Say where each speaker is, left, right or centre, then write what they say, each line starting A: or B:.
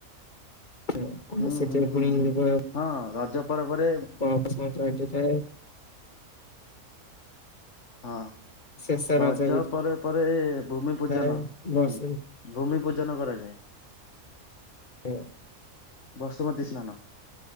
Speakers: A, on the left (about 35°); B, on the left (about 55°).
A: ହଁ ସେଇଆ
B: ହୁଁ
A: ସେଇଟା
B: ହୁଁ
A: ବି
B: ହୁଁ
A: ପୁଣି
B: ହୁଁ
A: ଗୋଟେ
B: ହଁ ରଜ ପର୍ବରେ
A: ଫଳ ପୁଷ୍ପ ଫୁଟିଥାଏ।
B: ହଁ
A: ଶେଷ
B: ରଜ
A: ବି
B: ପରେ ପରେ ଭୂମି ପୂଜନ
A: ଥାଏ ବର୍ଷ
B: ହୁଁ। ଭୂମି ପୂଜନ କରାଯାଏ।
A: ହୁଁ।
B: ବସୁମତୀ ସ୍ନାନ।